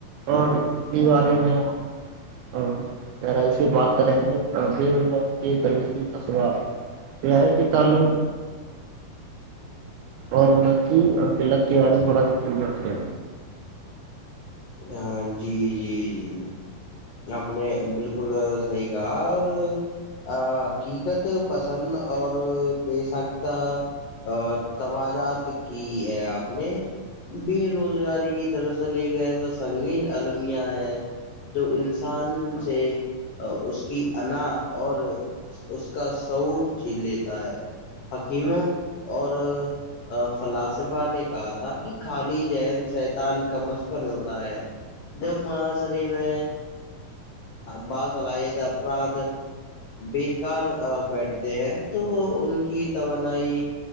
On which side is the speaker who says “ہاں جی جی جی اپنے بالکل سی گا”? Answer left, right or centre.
Left